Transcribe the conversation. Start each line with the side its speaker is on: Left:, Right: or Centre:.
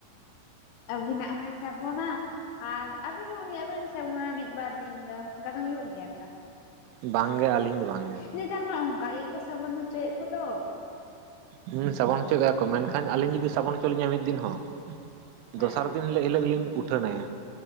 Left: ᱟᱵᱤᱱᱟᱜ ᱦᱚᱭ ᱥᱟᱵᱚᱱᱟ ᱟᱨ ᱟᱵᱮᱱ ᱦᱚᱸ ᱩᱱᱤᱭᱟᱜ ᱵᱮᱱ ᱥᱟᱵᱚᱱᱟ ᱢᱤᱫ ᱵᱟᱨ ᱫᱤᱱ ᱫᱚ, ᱚᱱᱠᱟ ᱫᱚ ᱦᱩᱭᱩᱜ ᱜᱮᱭᱟ ᱛᱚ᱾
Right: ᱵᱟᱝ ᱜᱮ ᱟᱹᱞᱤᱧ ᱫᱚ ᱵᱟᱝ ᱜᱮ
Left: ᱱᱮᱛᱟᱨ ᱢᱟ ᱚᱱᱠᱟ ᱜᱮᱠᱚ ᱥᱟᱵᱚᱱ ᱦᱚᱪᱚᱭᱮᱫ ᱠᱚᱫᱚ᱾
Right: ᱦᱩᱸ ᱥᱟᱵᱚᱱ ᱦᱚᱪᱚᱜᱮᱼᱟᱠᱚ ᱢᱮᱱᱠᱷᱟᱱ ᱟᱹᱞᱤᱧ ᱡᱩᱫᱤ ᱥᱟᱵᱚᱱ ᱦᱚᱪᱚ ᱞᱤᱧᱟ ᱢᱤᱫ ᱫᱤᱱ ᱦᱚᱸ,
Left: ᱦᱮᱸ
Right: ᱫᱚᱥᱟᱨ ᱫᱤᱱ ᱮᱱ ᱦᱤᱞᱚᱜ ᱜᱮᱞᱤᱧ ᱩᱴᱷᱟᱹᱱᱟᱭᱟ